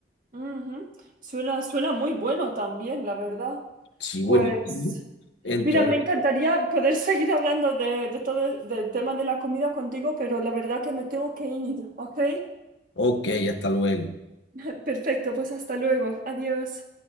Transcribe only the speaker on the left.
Sí, buenísimo.
Entonces,
ok, hasta luego.